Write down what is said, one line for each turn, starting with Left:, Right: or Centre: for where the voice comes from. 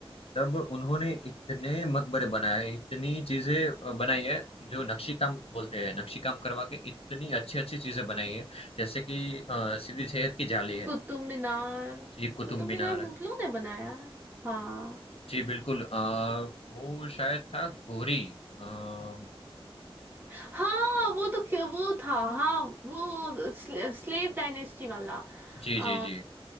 Left: तब उन्होंने इतने मकबरे बनाए, इतनी चीज़ें अ, बनाई है, जो नक्शी काम बोलते हैं। नक्शी काम करवा के इतनी अच्छी-अच्छी चीज़ें बनाई है। जैसे कि अ, सिद्दी विजय की जाली है।
Right: कुतुब मीनार
Left: जी, कुतुब
Right: कुतुब
Left: मीनार
Right: मीनार मुगलों ने बनाया है हाँ
Left: जी, बिल्कुल अ, वो शायद था घोरी अ,
Right: हाँ वो तो खे- वो था हाँ वो स्ले, स्लेव डायनेस्टी वाला
Left: जी,
Right: आ,
Left: जी, जी।